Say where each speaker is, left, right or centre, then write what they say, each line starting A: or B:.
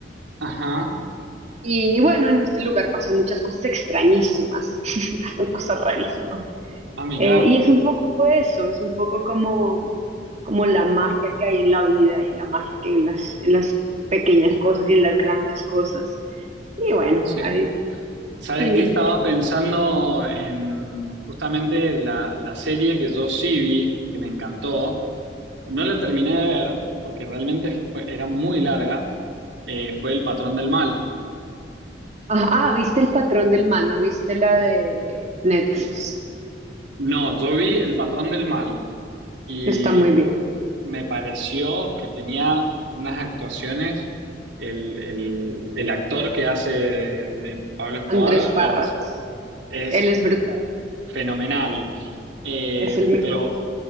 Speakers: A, on the right; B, on the right.
A: Ajá.
B: Y bueno, en este lugar pasan muchas cosas extrañísimas, <laughs> pasan cosas rarísimas.
A: Ah, mirá,
B: Eh, y es un poco eso, es un poco como, como la magia que hay en la vida y la magia que hay en las, en las pequeñas cosas y en las grandes cosas. Y bueno,
A: sí.
B: hay
A: Sabes
B: Sí.
A: que estaba pensando en justamente la, la serie que yo sí vi, que me encantó. No la terminé de ver porque realmente fue- era muy larga. eh, fue El Patrón del Mal.
B: Ajá, ah, viste El patrón del mal, ¿no viste la de Netflix?
A: No, yo vi El Patrón del Mal y
B: Que está muy bien.
A: me pareció que tenía unas actuaciones. El, el- el actor que hace de, de Pablo Escobar
B: Andrés Parra.
A: es, es
B: Él es brutal,
A: fenomenal. Eh,
B: es el mejor.
A: pero